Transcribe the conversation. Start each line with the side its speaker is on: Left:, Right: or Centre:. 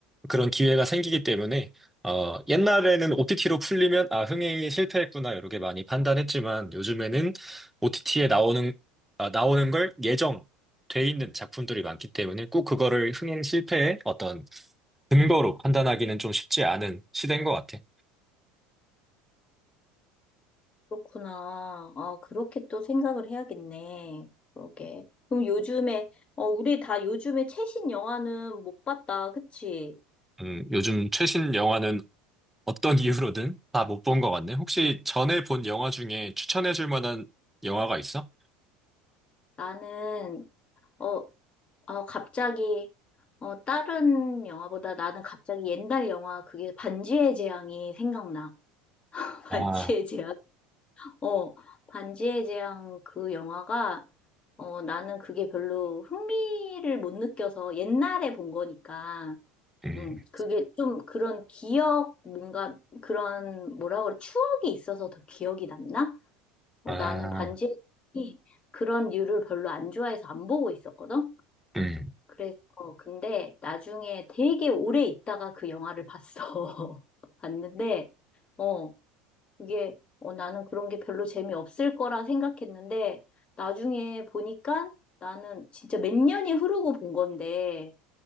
Centre: 그런 기회가 생기기 때문에 어, 옛날에는 OTT로 풀리면 아, 흥행이 실패했구나 이렇게 많이 판단했지만 요즘에는 OTT에 나오는 아, 나오는 걸 예정 돼 있는 작품들이 많기 때문에 꼭 그거를 흥행 실패의 어떤 근거로 판단하기는 좀 쉽지 않은 시대인 것 같아요.
Left: 그렇구나. 아, 그렇게 또 생각을 해야겠네. 그러게. 그럼 요즘에, 어, 우리 다 요즘에 최신 영화는 못 봤다. 그치?
Centre: 음, 요즘 최신 영화는 어떤 이유로든 다 못 본 것 같네. 혹시 전에 본 영화 중에 추천해 줄 만한 영화가 있어?
Left: 나는, 어, 어, 갑자기, 어, 다른 영화보다 나는 갑자기 옛날 영화, 그게 반지의 제왕이 생각나. <laughs>
Centre: 아,
Left: 반지의 제왕? 어, 반지의 제왕 그 영화가, 어, 나는 그게 별로 흥미를 못 느껴서 옛날에 본 거니까.
Centre: 음,
Left: 음, 그게 좀 그런 기억, 뭔가 그런 뭐라 그래, 추억이 있어서 더 기억이 남나? 뭐
Centre: 아,
Left: 나는 반지의 제왕이 그런 류를 별로 안 좋아해서 안 보고 있었거든?
Centre: 음.
Left: 그래서, 근데 나중에 되게 오래 있다가 그 영화를 봤어. <laughs> 봤는데, 어, 그게, 어, 나는 그런 게 별로 재미없을 거라 생각했는데, 나중에 보니까 나는 진짜 몇 년이 흐르고 본 건데,